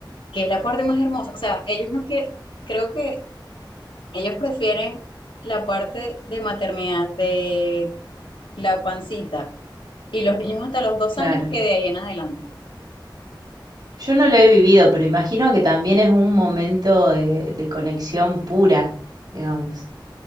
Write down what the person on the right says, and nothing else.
Claro.
Yo no lo he vivido, pero imagino que también es un momento de, de conexión pura, digamos.